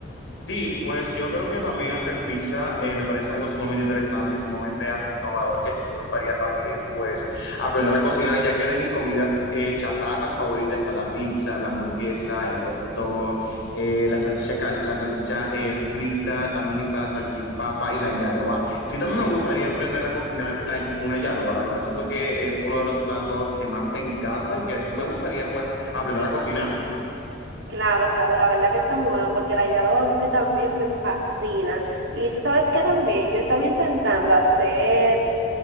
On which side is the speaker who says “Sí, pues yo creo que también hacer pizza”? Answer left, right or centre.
Left